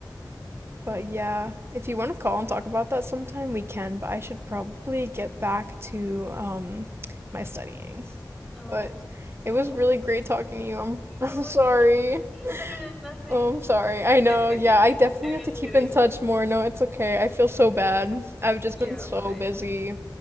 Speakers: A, in the centre; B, on the right.
A: Hmm.
B: But yeah, if you want to call and talk about that sometime, we can. But I should probably get back to um, my studying.
A: Oh,
B: But
A: I'm s
B: it
A: oh,
B: was really great talking to you. I'm,
A: I
B: <laughs>
A: know
B: I'm sorry.
A: it's okay. Better than nothing.
B: Oh, I'm sorry.
A: <laughs>
B: I know.
A: I'm
B: Yeah, I definitely have
A: just
B: to keep
A: kidding.
B: in touch
A: <laughs>
B: more. No, it's okay. I feel so bad. I've just
A: Yeah,
B: been so
A: fine.
B: busy.